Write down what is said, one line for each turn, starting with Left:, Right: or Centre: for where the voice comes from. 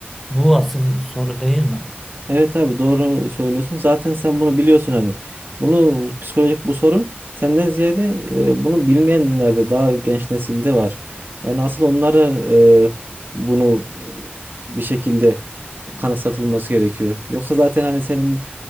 Centre: Bu asıl soru değil mi?
Right: Evet abi doğru söylüyorsun. Zaten sen bunu biliyorsun hani. Bunu psikolojik bu sorun senden ziyade e, bunu bilmeyenlerde daha genç nesilde var. Yani asıl onlara e, bunu bir şekilde kanıksatılması gerekiyor. Yoksa zaten hani senin